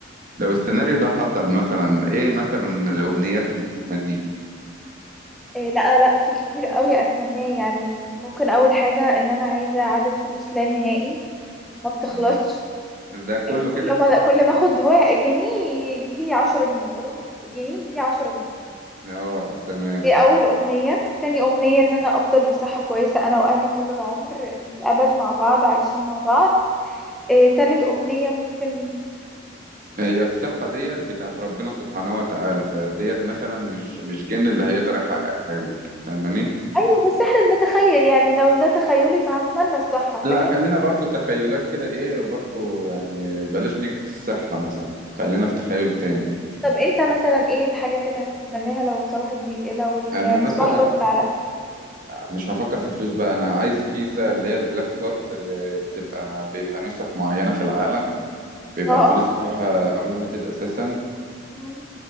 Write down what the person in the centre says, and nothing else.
إيه لا لا في كتير قوي اتمناه يعني ممكن اول حاجة ان انا عايزة عدد فلوس لا نهائي ما بتخلصش
إيه كل
ما كل ما اخد وا- جنيه يجيلي عشرة جنيه كل ما اخد جنيه يجيلي عشرة جنيه
دي أول أمنية تاني أمنية إن أنا أفضل بصحة كويسة أنا وأهلي طول العمر الأبد مع بعض عايشين مع بعض آه، تالت أمنية ممكن
أيوة بس إحنا بنتخيل يعني لو ده تخيلي فهتمنى الصحة
فاهم
طب أنت مثلا إيه الحاجات اللي هتتمناها لو صلاح الدين لو المصباح
ده طلع لك <laughs>
اه
مم.